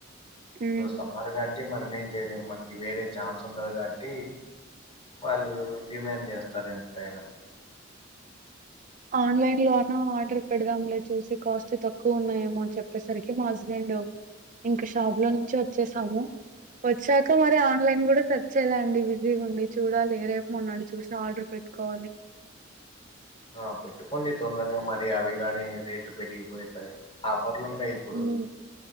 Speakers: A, on the right; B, on the left.
A: హ్మ్
B: <unintelligible> గాట్టి మనమేం జేయలేం మనకి వేరే ఛాన్స్ ఉండదు కాబట్టి వాళ్ళు డిమాండ్ చేస్తారు ఎంతైనా
A: ఆన్లైన్ లోన ఆర్డర్ పెడదాం లే చూసి కాస్ట్ తక్కువ ఉన్నాయేమోని చెప్పేసరికి మా హస్బెండ్ ఇంక షాప్ లో నుంచి వచ్చేసాము వచ్చాక మరి ఆన్లైన్ కుడా సర్చ్ చేయలేండి బిజీగా ఉండి చూడాలి రేపు మన్నాడొ చూసి ఆర్డర్ పెట్టుకోవాలి
B: ఆ పెట్టుకోండి తొందరగా మరి అవి గాని రేట్లు పెరిగిపోతాయి ఆఫర్లు ఉంటాయి ఇప్పుడు
A: ఉమ్